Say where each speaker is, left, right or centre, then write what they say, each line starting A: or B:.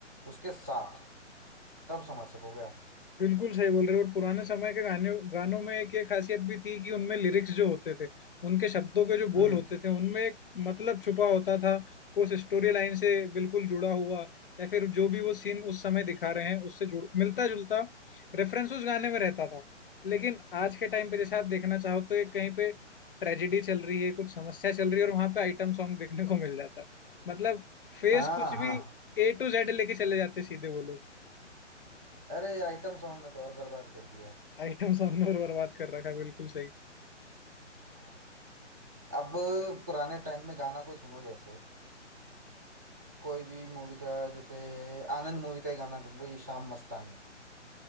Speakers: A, on the right; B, on the left.
A: उसके साथ तब समझ सकोगे आप
B: बिल्कुल सही बोल रहे हो और पुराने समय के गाने गानों में एक ये खासियत भी थी कि उनमें लिरिक्स जो होते थे उनके शब्दों के जो बोल
A: हम्म
B: होते थे उनमें एक मतलब छुपा होता था उस स्टोरी लाइन से बिल्कुल जुड़ा हुआ या फिर जो भी वो सीन उस समय दिखा रहे हैं उससे जुड़ मिलता जुलता रेफरेंस उस गाने में रहता था लेकिन आज के टाइम पे जैसे आप देखना चाहो तो एक कहीं पे ट्रेजेडी चल रही है कुछ समस्या चल रही है और वहां पे आइटम सॉन्ग देखने को मिल जाता है मतलब फेस
A: हाँ
B: कुछ भी
A: हाँ
B: ए टू जेड लेके चले जाते सीधे वो लोग
A: अरे आइटम सॉन्ग ने तो और बर्बाद कर दिया है
B: आइटम सामने और बर्बाद कर रखा है बिल्कुल सही
A: हाँ अब पुराने टाइम में गाना कोई सुनो जैसे कोई भी मूवी का जैसे आनंद मूवी का ही गाना ले लो ये शाम मस्तानी